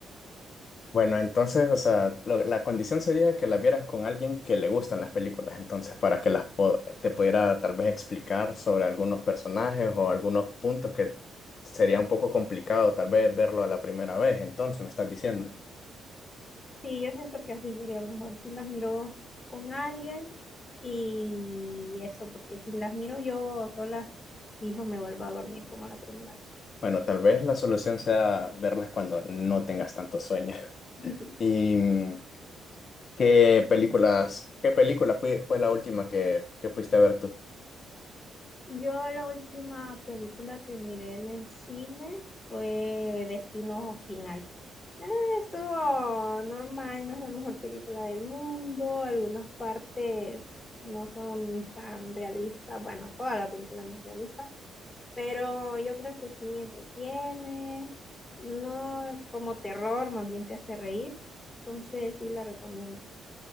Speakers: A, on the left; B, on the left.
A: Bueno, entonces, o sea, lo- la condición sería que las vieras con alguien que le gustan las películas, entonces, para que las po- te pudiera tal vez explicar sobre algunos personajes o algunos puntos que sería un poco complicado tal vez verlo a la primera vez, entonces me estás diciendo.
B: Sí, yo siento que así sería mejor si las miro con alguien y eso, porque si las miro yo sola, fijo, me vuelvo a dormir como la primera
A: Bueno, tal vez la solución sea verlas cuando no tengas tanto sueño. <laughs>
B: vez.
A: ¿Y
B: <laughs>
A: mm, qué películas, qué película fue, fue la última que, que fuiste a ver tú?
B: Yo la última película que miré en el cine fue Destino Final. Eh, estuvo normal, no es la mejor película del mundo, algunas partes no son tan realistas, bueno, toda la película no es realista, pero yo creo que sí entretiene, no como terror, más bien te hace reír, entonces sí la recomiendo.